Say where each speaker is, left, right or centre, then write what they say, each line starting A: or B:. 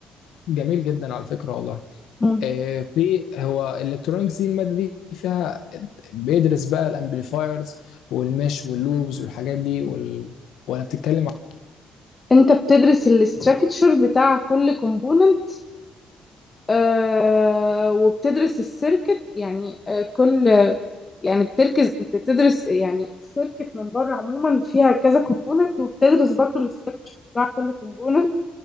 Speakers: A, on the left; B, on the left.
A: جميل جدا على فكرة والله
B: مم.
A: آه، في هو الالكترونيكس دي المادة دي فيها بيدرس بقى الامبليفايرز والمش واللوبز والحاجات دي وال... ولا بتتكلم عن...
B: انت بتدرس الاستراكتشر بتاع كل كومبوننت آه وبتدرس السيركت يعني آه كل يعني بتركز بتدرس يعني السيركت من بره عموما فيها كذا كومبوننت وبتدرس برضو الاستراكشر بتاع كل كومبوننت